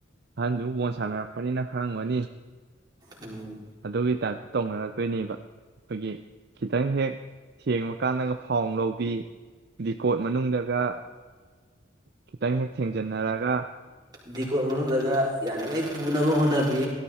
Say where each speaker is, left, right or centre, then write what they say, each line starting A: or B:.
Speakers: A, on the right; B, on the right.
A: ꯑꯍꯟꯗꯨ ꯕꯣꯟ ꯁꯥꯟꯅꯔꯛꯄꯅꯤꯅ ꯈꯪꯉꯝꯒꯅꯤ
B: ꯎꯝ
A: ꯑꯗꯨꯒꯤ ꯇꯥꯏꯞꯇ ꯇꯧꯅꯔꯛꯇꯣꯏꯅꯦꯕ ꯑꯩꯈꯣꯏꯒꯤ ꯈꯤꯇꯪ ꯍꯦꯛ ꯊꯦꯡꯕ ꯀꯥꯟꯗꯒ ꯐꯥꯎ ꯂꯧꯕꯤ ꯗꯤꯀꯣꯠ ꯃꯅꯨꯡꯗꯒ ꯈꯤꯇꯪ ꯍꯦꯛ ꯊꯦꯡ ꯌꯦꯟꯅꯔꯒ
B: ꯗꯤꯀꯣꯗ ꯃꯅꯨꯡꯗꯒ ꯌꯥꯔꯤꯉꯩ ꯇꯨꯅꯕ ꯍꯣꯠꯅꯕꯤ